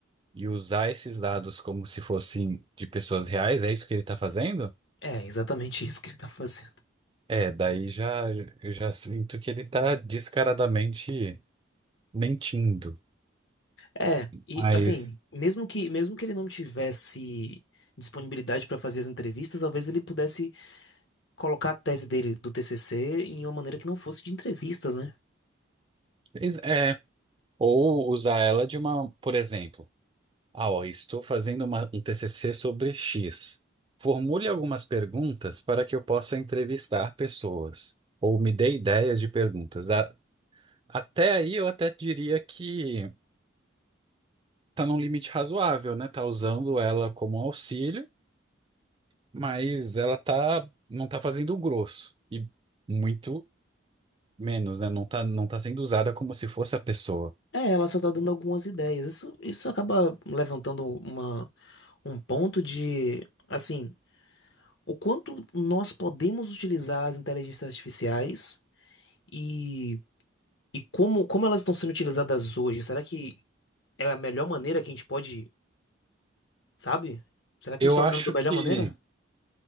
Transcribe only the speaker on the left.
É exatamente isso que ele tá fazendo.
É, e
assim, mesmo que mesmo que ele não tivesse disponibilidade para fazer as entrevistas, talvez ele pudesse colocar a tese dele do TCC em uma maneira que não fosse de entrevistas, né?
É, ela só tá dando algumas ideias. Isso isso acaba levantando uma um ponto de assim, o quanto nós podemos utilizar as inteligências artificiais e e como como elas estão sendo utilizadas hoje? Será que é a melhor maneira que a gente pode Sabe? Será que
a gente tá
usando da melhor
maneira?